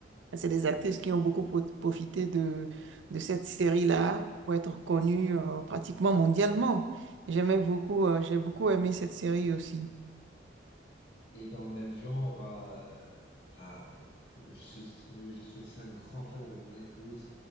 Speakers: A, on the right; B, on the left.
A: c'est des actrices qui ont beaucoup pro- profité de, de cette série-là pour être connues euh, pratiquement mondialement. J'aimais beaucoup, euh, j'ai beaucoup aimé cette série aussi.
B: Et dans le même genre, euh, enfin, je suis, je suis aussi un grand fan avec mon épouse.